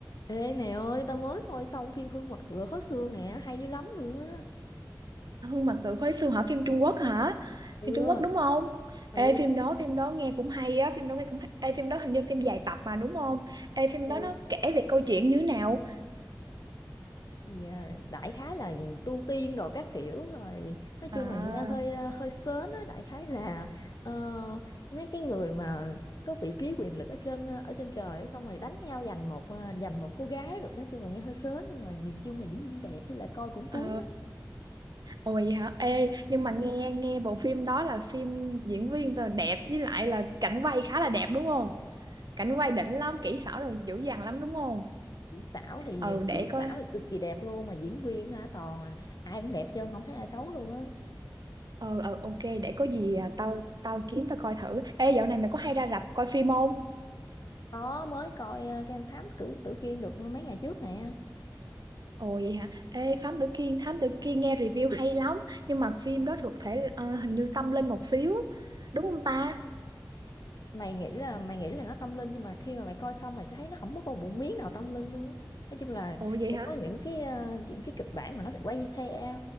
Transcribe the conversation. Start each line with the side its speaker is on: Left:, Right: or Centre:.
Left: Ê mẹ ơi, tao mới coi xong phim Hương Mật Ngựa Khó Xương nè, hay dữ lắm luôn á.
Right: Hương Mật Tự Khói Xương hả phim Trung Quốc hả
Left: Ừ,
Right: phim Trung Quốc đúng không
Left: ừ,
Right: ê phim đó phim đó nghe cũng hay á phim đó nghe cũng hay. ê phim đó hình như phim dài tập mà đúng không ê phim
Left: ừ.
Right: đó nó kể về câu chuyện như thế nào
Left: Thì à, đại khái là tu tiên đồ các kiểu rồi. Nói chung
Right: à
Left: là nghe hơi à, hơi sến á, đại khái là ờ, mấy cái người mà có vị trí quyền lực ở trên ờ, ở trên trời ấy, xong rồi đánh nhau giành một à, giành một cô gái rồi nói chung là nghe hơi sến nhưng mà nhìn chung là diễn viên đẹp với lại coi cũng cuốn
Right: ờ
Left: á.
Right: ôi vậy hả ê nhưng mà nghe nghe bộ phim đó là phim diễn viên rồi đẹp với lại là cảnh quay khá là đẹp đúng không cảnh quay đỉnh lắm kỹ xảo rồi dữ dằn lắm đúng không
Left: Kỹ xảo thì
Right: ừ để
Left: kỹ xảo
Right: coi
Left: thì cực kỳ đẹp luôn mà diễn viên hả toàn là ai cũng đẹp trơn không thấy ai xấu luôn á.
Right: ờ ờ ok để có gì à, tao tao kiếm tao coi thử ê dạo này mày có hay ra rạp coi phim không
Left: Có mới coi ờ, cái con thám tử tử kiên được mấy ngày trước nè.
Right: Ồ vậy hả? Ê, Thám Tử Kiên, Thám Tử Kiên nghe review hay lắm Nhưng mà phim đó thuộc thể ờ, hình như tâm linh một xíu Đúng không ta?
Left: Mày nghĩ là mày nghĩ là nó tâm linh nhưng mà khi mà mày coi xong mày sẽ thấy nó không có một miếng nào tâm linh luôn á. Nói chung là
Right: Ồ vậy
Left: sẽ
Right: hả?
Left: có những cái ờ, những cái kịch bản mà nó sẽ quay xe